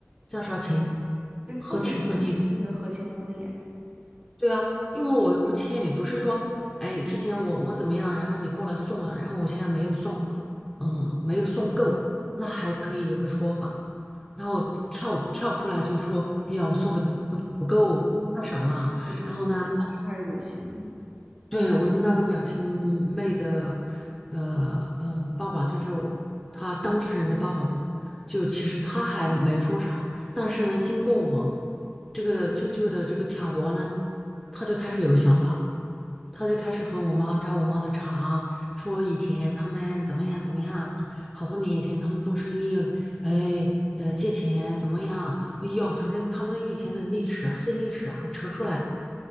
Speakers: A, in the centre; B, on the right.
A: 叫啥情，
B: 就不给他那个合情合理啊？
A: 合情合理的。对啊，因为我又不欠你，不是说，哎，之前我我怎么样，然后你过来送了，然后我现在没有送，嗯，没有送够，那还可以有个说法，然后跳跳出来就说，哎呀，我送的不不够，太少了，
B: 这个就真的太恶心了，
A: 然后呢，<laughs> 对我的那个表亲妹的，呃呃，爸爸就是我他当事人的爸爸嘛，就其实他还没说啥，但是呢，经过我这个舅舅的这个挑拨呢，他就开始有想法了。他就开始和我妈扎我妈的茬，说以前他们怎么样怎么样，好多年以前他们做生意，哎，呃，借钱怎么样？哎呦，反正他们以前的历史黑历史啊，扯出来。